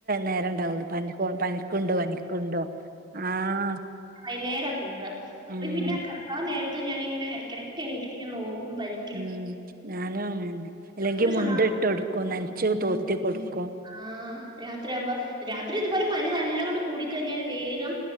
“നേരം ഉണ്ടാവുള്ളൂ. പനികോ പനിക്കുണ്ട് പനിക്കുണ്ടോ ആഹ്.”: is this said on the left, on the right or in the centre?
Right